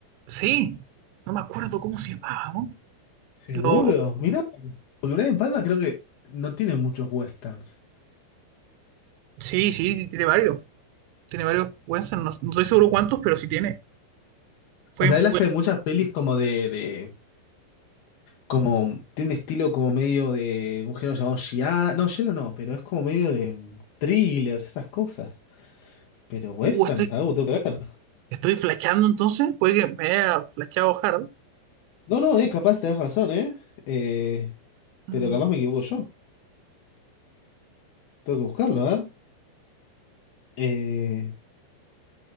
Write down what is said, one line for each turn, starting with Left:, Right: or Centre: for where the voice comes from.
Right: Sí, no me acuerdo cómo se llamaba, ¿no?
Left: Seguro,
Right: Te lo-
Left: mira, porque Brian Palma creo que no tiene muchos westerns.
Right: Sí, sí, tiene varios. Tiene varios Wensen, no, no estoy seguro cuántos, pero sí tiene. Fue,
Left: O sea,
Right: fue-
Left: él hace muchas pelis como de, de- como tiene un estilo como medio de un género llamado Giallo, no, Giallo no, pero es como medio de mm, thrillers, esas cosas. Pero westerns,
Right: Uh, estoy,
Left: algo tengo que ver.
Right: estoy flashando entonces, puede que me haya flashado hard.
Left: No, no, eh, capaz tenés razón, eh. Eh, pero
Right: Mm,
Left: capaz me equivoco yo. Tengo que buscarlo, a ver. Eh,